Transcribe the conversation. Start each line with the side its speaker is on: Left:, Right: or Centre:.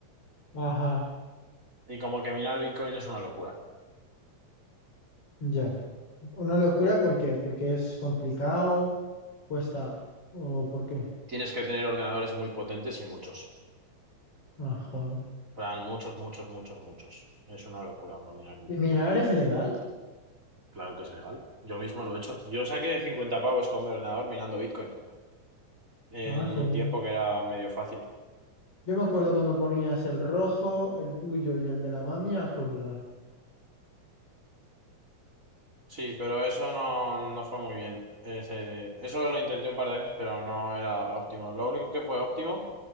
Left: Ajá,
Right: Y como que minar Bitcoin es una locura.
Left: ya. Una locura, ¿por qué? Porque es complicado, cuesta. ¿O por qué?
Right: Tienes que tener ordenadores muy potentes y muchos.
Left: Ajá.
Right: plan, muchos, muchos, muchos, muchos. Es una locura, bro, minar Bitcoin.
Left: ¿Y minar es legal?
Right: Claro que es legal. Yo mismo lo he hecho. Yo saqué 50 pavos con mi ordenador minando Bitcoin en
Left: Ah, qué
Right: un
Left: bien.
Right: tiempo que era medio fácil.
Left: Yo me acuerdo cuando ponías el rojo, el tuyo y el de la mami a furular.
Right: Sí, pero eso no, no fue muy bien. Ese- eso lo intenté un par de veces, pero no era óptimo. Lo único que fue óptimo